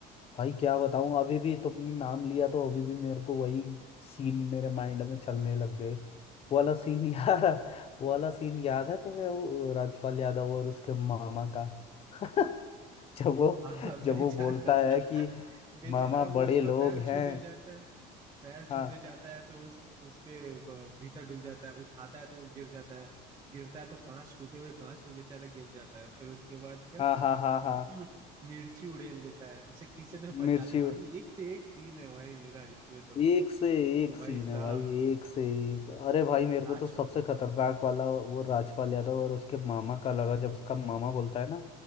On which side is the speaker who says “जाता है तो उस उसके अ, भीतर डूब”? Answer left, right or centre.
Right